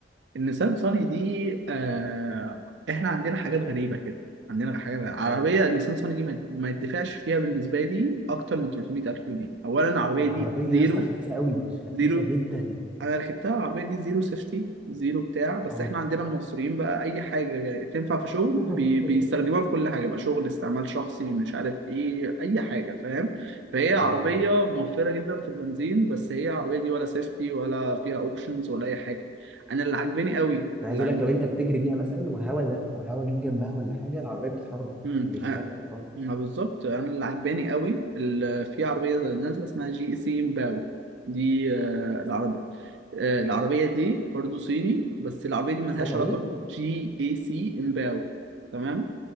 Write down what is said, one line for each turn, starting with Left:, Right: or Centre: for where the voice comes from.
Right: النيسان صاني دي آه احنا عندنا حاجات غريبة كده عندنا حاجات غريبة. عربية
Centre: اه
Right: النيسان صاني دي ما ما يدفعش فيها بالنسبة لي أكتر من 300 ألف جنيه أولا العربية
Centre: العربيه
Right: دي زيرو
Centre: يا اسطى خفيفه قوي خفيفه
Right: زيرو
Centre: جدا
Right: أنا ركبتها العربية دي زيرو سيفتي زيرو بتاع بس
Centre: اه
Right: احنا عندنا المصريين بقى أي حاجة تنفع في شغل
Centre: <laughs>
Right: بي... بيستخدموها في كل حاجة بقى شغل استعمال شخصي مش عارف إيه أي حاجة فاهم فهي
Centre: اه
Right: عربية موفرة جدا في البنزين بس هي العربية دي ولا سيفتي ولا فيها أوبشنز ولا أي حاجة انا اللي عاجباني قوي
Centre: انا
Right: اللي
Centre: عايز اقول لك لو انت بتجري بيها مثلا وهوا زق وهوا جه جنبها ولا حاجه العربيه بتتحرك
Right: مم.
Centre: مش
Right: آه،
Centre: ثابته خالص
Right: ما بالظبط انا اللي عجباني قوي ال- في عربيه نازله اسمها جي اي سي امباو دي آه،
Centre: اس-
Right: العربيه آه، العربيه دي برضو صيني بس العربيه دي ملهاش
Centre: اسمها
Right: علاقه
Centre: ايه؟
Right: جي اي سي امباو تمام